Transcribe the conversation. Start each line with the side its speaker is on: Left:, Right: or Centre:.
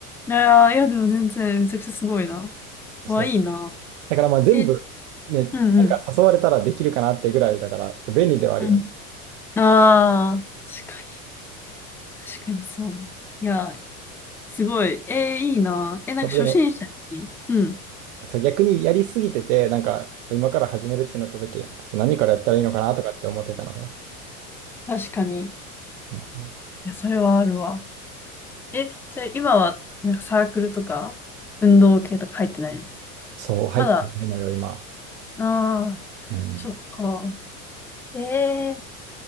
Centre: いやー、いや、でも全然、めちゃくちゃすごいな。わ、
Right: そう。
Centre: いいな。
Right: だからまあ全部、
Centre: え、う
Right: ね、
Centre: んうん。
Right: なんか誘われたらできるかなってぐらいだから、ちょっと便利ではあるよね。
Centre: うんああー、確かに、確かにそう。いや、すごい。えー、いいな。え、なんか初心者に、
Right: そう、でも、
Centre: うん、
Right: そう、逆にやりすぎてて、なんか今から始めるってなった時、そう、何からやったらいいのかなとかって思ってたのよ。
Centre: 確かに。い
Right: うんうん
Centre: や、それはあるわ。え、じゃあ今は、なんかサークルとか、運動系とか入ってないの
Right: そう、入ってないのよ、
Centre: まだ
Right: 今。
Centre: ああ、
Right: うん。
Centre: そっか。ええ